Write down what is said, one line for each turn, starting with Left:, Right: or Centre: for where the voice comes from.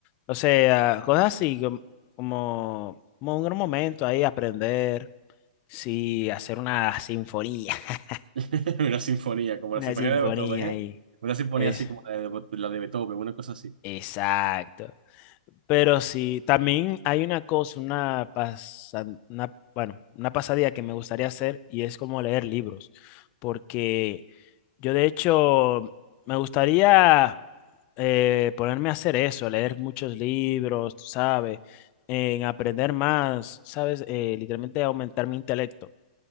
Left: O sea, cosas así com- como, como un gran momento ahí, aprender. Sí, hacer una sinfonía. <laughs>
Right: <laughs> una sinfonía, como
Left: Una
Right: la sinfonía
Left: sinfonía
Right: de Beethoven,
Left: ahí.
Right: ¿eh? Una sinfonía
Left: Es,
Right: así como la de, la de Beethoven, una cosa así,
Left: exacto. Pero sí, también hay una cosa, una, pasan- una, bueno, una pasadía que me gustaría hacer y es como leer libros, porque yo de hecho me gustaría eh, ponerme a hacer eso, leer muchos libros, tú ¿sabes? En aprender más, ¿sabes? Eh, literalmente aumentar mi intelecto.